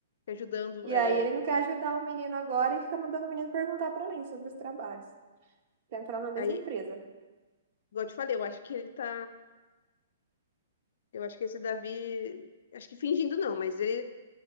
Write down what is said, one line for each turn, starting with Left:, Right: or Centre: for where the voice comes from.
Left: ajudando.
Right: E
Left: é,
Right: aí ele não quer ajudar o menino agora e fica mandando o menino perguntar pra mim sobre os trabalhos. Quer entrar na mesma
Left: Aí,
Right: empresa.
Left: igual eu te falei, eu acho que ele tá Eu acho que esse Davi, acho que fingindo não, mas ele,